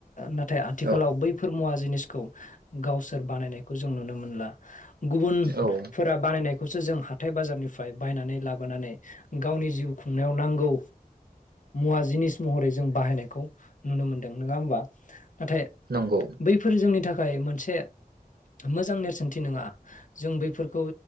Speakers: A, on the left; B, on the right.
A: नाथाय आथिखालाव
B: औ
A: बै फोर‌ मुआ जिनिसखौ गावसोर बानायनायखौ जों नुनो मोनला गुबुनफोरा
B: औ
A: बानायनाय बेखौसो जों हाथाय बाजारनिफ्राय बायनानै लाबोनानै गावनि जिउ खुंनायाव नांगौ मुवा जिनिस महरै जों बाहायनायखौ नुनो मोनदों नङा होमबा नाथाय
B: नंगौ
A: बैफोर जोंनि थाखाय थाखाय मोनसे मोजां नेरसोनथि नङा जों बैफोरखौ